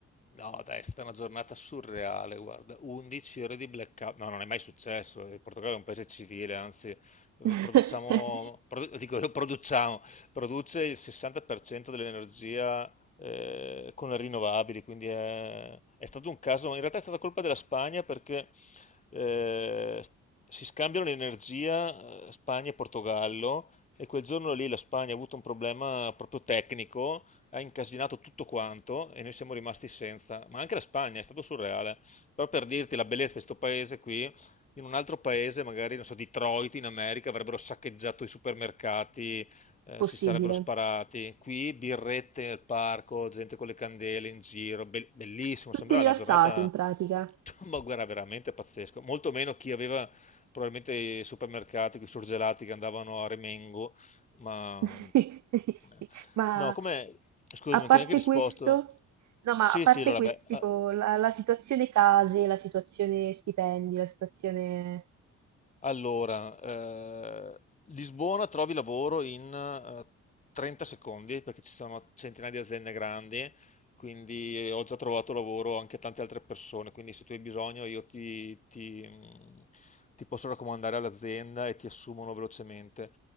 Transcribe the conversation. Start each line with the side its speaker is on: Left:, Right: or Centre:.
Left: No, dai, è stata una giornata surreale, guarda, 11 ore di blackout, no, non è mai successo, il Portogallo è un paese civile, anzi, eh,
Right: <laughs>
Left: produciamo, produ- dico <laughs> io produciamo, produce il 60% dell'energia eh, con le rinnovabili, quindi è, è stato un caso, in realtà è stata colpa della Spagna perché eh, si scambiano l'energia eh, Spagna e Portogallo e quel giorno lì la Spagna ha avuto un problema proprio tecnico ha incasinato tutto quanto e noi siamo rimasti senza. Ma anche la Spagna è stato surreale. Però per dirti la bellezza di sto paese qui, in un altro paese, magari, non so, Detroit in America, avrebbero saccheggiato i supermercati, eh,
Right: Possibile.
Left: si sarebbero sparati. Qui birrette nel parco, gente con le candele in giro, be- bellissimo,
Right: Tutti
Left: sembrava
Right: rilassati
Left: una giornata,
Right: in pratica.
Left: <laughs> ma guarda, veramente pazzesco. Molto meno chi aveva probabilmente i supermercati, i surgelati che andavano a Remengo ma
Right: <laughs>
Left: eh,
Right: Ma
Left: no, come scusami,
Right: a
Left: non
Right: parte
Left: ti ho neanche risposto.
Right: questo, no, ma
Left: Sì,
Right: a parte
Left: sì, allora
Right: questo,
Left: beh.
Right: tipo
Left: eh,
Right: la, la situazione case, la situazione stipendi, la situazione...
Left: Allora, eh, Lisbona trovi lavoro in eh, 30 secondi perché ci sono centinaia di aziende grandi, quindi eh, ho già trovato lavoro anche a tante altre persone, quindi se tu hai bisogno io ti, ti, mh, ti posso raccomandare all'azienda e ti assumono velocemente.